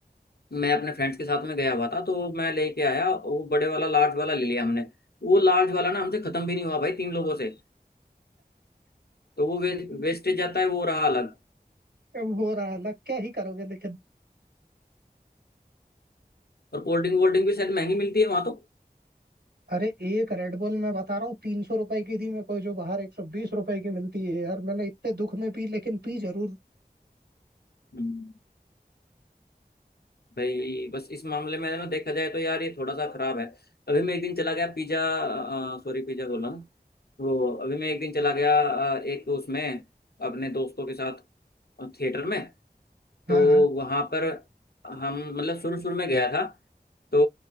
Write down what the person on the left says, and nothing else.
मैं अपने फ्रेंड्स के साथ में गया हुआ था तो मैं लेके आया वो बड़े वाला लार्ज वाला ले लिया हमने वो लार्ज वाला ना हमसे खत्म भी नहीं हुआ भाई तीन लोगों से तो वो वे, वेस्टेज जाता है वो रहा अलग
और कोल्ड ड्रिंक वोल्ड ड्रिंक भी शायद महंगी मिलती है वहां तो
हम्म, भाई बस इस मामले में ना देखा जाए तो यार ये थोड़ा सा खराब है अभी मैं एक दिन चला गया पिज्जा सॉरी पिज्जा बोल रहा हूँ वो अभी मैं एक दिन चला गया अ, एक उसमें अपने दोस्तों के साथ थिएटर में
तो
वहाँ पर हम मतलब शुरू शुरू में गया था तो